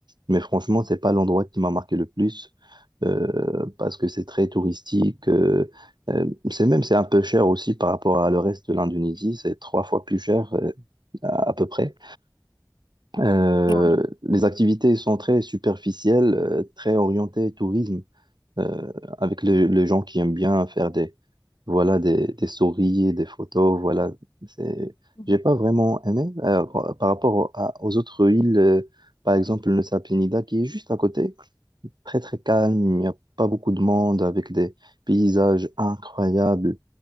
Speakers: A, on the right; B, on the left.
A: mais franchement, c'est pas l'endroit qui m'a marqué le plus euh, parce que c'est très touristique. euh, euh, c'est même c'est un peu cher aussi par rapport à le reste de l'Indonésie. C'est trois fois plus cher euh, à, à peu près. Euh,
B: Ouais.
A: les activités sont très superficielles, euh, très orientées tourisme, euh, avec les, les gens qui aiment bien faire des voilà des, des stories, et des photos. Voilà, c'est
B: <laughs> Mhm.
A: j'ai pas vraiment aimé euh, par rapport au- à- aux autres îles. euh, par exemple, le Nusa Penida qui est juste à côté. Très très calme, il n'y a pas beaucoup de monde avec des paysages incroyables.